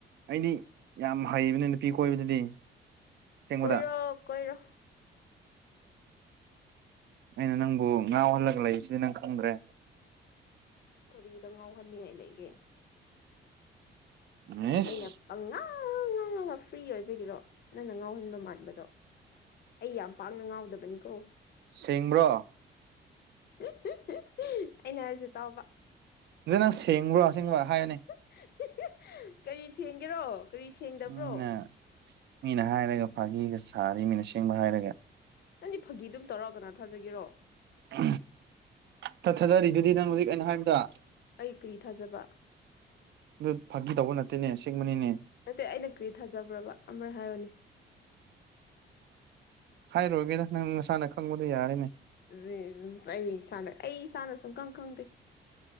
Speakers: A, on the right; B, on the left.
A: ꯑꯩꯗꯤ ꯌꯥꯝ ꯍꯩꯕꯅꯤ ꯅꯨꯄꯤ ꯀꯣꯏꯕꯗꯗꯤ ꯑꯁꯦꯡꯕꯗ
B: ꯀꯣꯏꯔꯣ ꯀꯣꯏꯔꯣ
A: ꯑꯩꯅ ꯅꯪꯕꯨ ꯉꯥꯎꯍꯜꯂꯒ ꯂꯩꯕꯁꯤꯗꯤ ꯅꯪ ꯈꯪꯗ꯭ꯔꯦ
B: ꯀꯔꯤꯗ ꯉꯥꯎꯍꯟꯅꯤꯡꯉꯥꯏ ꯂꯩꯒꯦ
A: ꯑꯦꯁ
B: ꯑꯩꯅ ꯄꯪꯉꯥꯡ ꯉꯥꯡꯉꯒ ꯐ꯭ꯔꯤ ꯑꯣꯏꯕꯒꯤꯔꯣ ꯅꯪꯅ ꯉꯥꯎꯍꯟꯕ ꯃꯥꯟꯕꯗꯣ ꯑꯩ ꯌꯥꯝ ꯄꯥꯛꯅ ꯉꯥꯎꯗꯕꯅꯤꯀꯣ
A: ꯁꯦꯡꯕ꯭ꯔꯣ
B: <unintelligible> ꯑꯩꯅ ꯍꯥꯏꯕꯁꯦ ꯇꯥꯎꯕ
A: ꯁꯤꯗꯅꯪ ꯁꯦꯡꯕ꯭ꯔꯣ ꯑꯁꯦꯡꯕ ꯍꯥꯏꯌꯣꯅꯦ
B: ꯍꯤ ꯍꯤ ꯀꯔꯤ ꯁꯦꯡꯒꯦꯔꯣ ꯀꯔꯤ ꯁꯦꯡꯗꯕ꯭ꯔꯣ
A: ꯃꯤꯅ ꯃꯤꯅ ꯍꯥꯏꯔꯒ ꯐꯥꯒꯤꯒ ꯁꯥꯔꯤ ꯃꯤꯅ ꯑꯁꯦꯡꯕ ꯍꯥꯏꯔꯒ
B: ꯅꯪꯗꯤ ꯐꯥꯒꯤ ꯑꯗꯨꯝ ꯇꯧꯔ ꯀꯅꯥꯅ ꯊꯥꯖꯒꯦꯔꯣ
A: <unintelligible> ꯊꯥ ꯊꯥꯖꯔꯤꯗꯨꯗꯤ ꯅꯪ ꯍꯧꯖꯤꯛ ꯑꯩꯅ ꯍꯥꯏꯕꯗ
B: ꯑꯩ ꯀ꯭ꯔꯤ ꯊꯥꯖꯕ
A: ꯑꯗꯨ ꯐꯥꯒꯤ ꯇꯧꯕ ꯅꯠꯇꯦꯅꯦ ꯑꯁꯦꯡꯕꯅꯤꯅꯦ
B: ꯅꯠꯇꯦ ꯑꯩꯅ ꯀ꯭ꯔꯤ ꯊꯥꯖꯕ꯭ꯔꯕ ꯑꯃꯔꯛ ꯍꯥꯏꯌꯣꯅꯦ
A: ꯍꯥꯏꯔꯣꯏꯒꯦꯗ ꯅꯪ ꯅꯁꯥꯅ ꯈꯪꯕꯗꯣ ꯌꯥꯔꯦꯅꯦ
B: <unintelligible> ꯑꯩ ꯏꯁꯥꯅ ꯑꯩ ꯏꯁꯥꯅ ꯁꯨꯝꯈꯪ ꯈꯪꯗꯦ